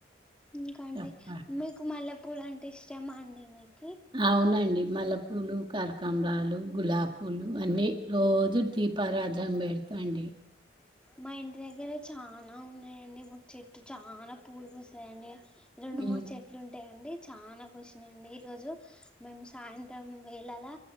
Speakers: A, in the centre; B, on the right (about 25°).
A: ఇంకా అండి
B: చెప్పా
A: మీకు మళ పూలు అంటే ఇష్టమా అండి మీకు
B: అవునండి మల్ల పూలు కరకాంబరాలు గులాబ పూలు అన్నీ రోజు దీప రాజ అంబేడ్ తండే
A: మా ఇంటి దగ్గర చాల ఉన్నాయండి మా చెట్టు చాల పూలు పుస్తాయండి రెండు
B: హ్మ్.
A: మూడు చెట్లు ఉ <unintelligible> అండి చాలా కషినయండి ఈరోజు, మేము సాయంత్రం వేలలా